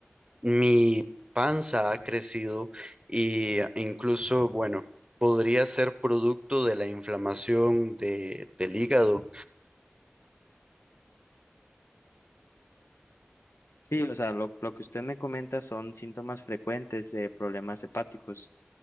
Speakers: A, on the right (about 25°); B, on the left (about 75°).
A: Mi panza ha crecido y ah, incluso, bueno, podría ser producto de la inflamación de, del hígado.
B: Sí, o sea, lo, lo que usted me comenta son síntomas frecuentes de problemas hepáticos.